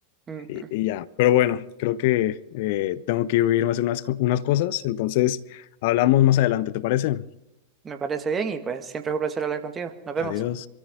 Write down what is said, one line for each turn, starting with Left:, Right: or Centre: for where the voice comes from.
Right: Ujú.
Left: y, y ya. Pero bueno, creo que eh, tengo que irme a hacer unas, co- unas cosas, entonces hablamos más adelante, ¿te parece?
Right: Me parece bien y pues siempre es un placer hablar contigo. Nos vemos.
Left: Adiós.